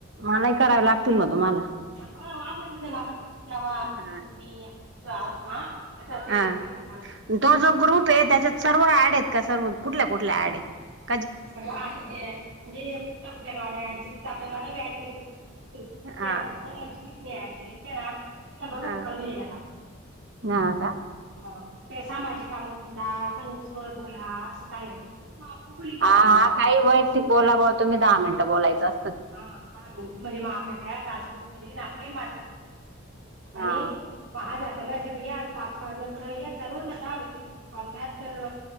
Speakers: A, on the right; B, on the right.
A: मलाही करावे लागतील मग तुम्हाला.
B: हा. आपल्या आपल्यात <inaudible> पूजा वा
A: ह
B: तू मी आपण तिघ आहोत ना असं असं
A: हा
B: एकमेकींना कॉल करू
A: तो जो
B: आणि
A: ग्रुप
B: टास्क
A: हे त्याच्यात सर्व ऍड आहेत का सर्व कुठल्या कुठल्या ऍड हे
B: सगळ्या आठीजन म्हणजे कुठल्या कुठल्या गाड्या आहे किती आपल्या गाड्या बी ऍड केल्या किती <inaudible> जमिनी <inaudible> दुसऱ्याका
A: हा
B: वाटतं मग जिने जिने ऍड करीत. तिला धरू
A: हा
B: नको मला व्हिडिओ ला टाकलाय.
A: हा का
B: कोणाला. ते सामाजिक कामं बोला चणचोवर बोला असं सागितलं. म ते बोली घ्यावा
A: हा
B: ना
A: हा काही वैयतिक
B: असं
A: बोला बुवा तुम्ही दहामिनट बोलायचं आस
B: हा दहा मिनट म्हणजे म आपले त्या टास्क होतील आपलेला मार्क भेटतील आस
A: हा
B: आणि प हजार पंधराशे बी घ्याल पाच पाच बी घ्याल रोज ना दहा व्यक्तीना तर कॉल करायचं तर